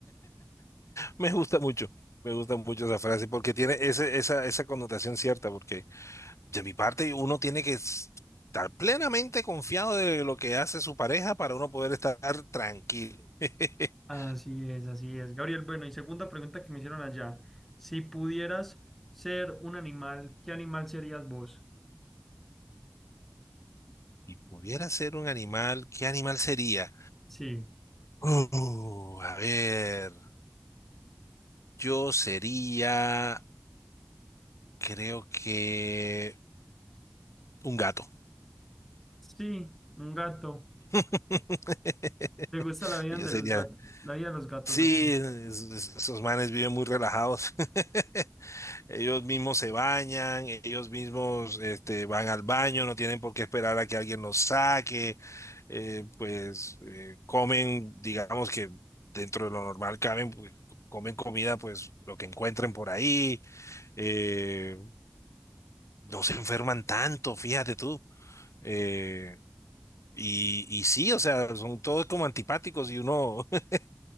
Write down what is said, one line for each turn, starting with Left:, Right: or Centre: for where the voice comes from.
Left: me gusta mucho. Me gusta mucho esa frase porque tiene ese- esa, esa connotación cierta, porque De mi parte, uno tiene que estar plenamente confiado de lo que hace su pareja para uno poder estar tranquilo. <laughs>
Centre: Así es, así es. Gabriel, bueno, y segunda pregunta que me hicieron allá. Si pudieras ser un animal, ¿qué animal serías vos?
Left: Y pudiera ser un animal, ¿qué animal sería?
Centre: Sí,
Left: Uh, a ver, yo sería, creo que un gato.
Centre: sí, un gato.
Left: <laughs>
Centre: ¿Te gusta la vida
Left: Yo
Centre: de
Left: sería,
Centre: los gatos? La vida de los gatos,
Left: sí,
Centre: ok.
Left: es- es- esos manes viven muy relajados. <laughs> Ellos mismos se bañan, ellos mismos este, van al baño, no tienen por qué esperar a que alguien los saque, eh, pues eh, comen, digamos que dentro de lo normal caben, pues, comen comida, pues lo que encuentren por ahí, eh, no se enferman tanto, fíjate tú. eh, y, y sí, o sea, son todos como antipáticos y uno, <laughs>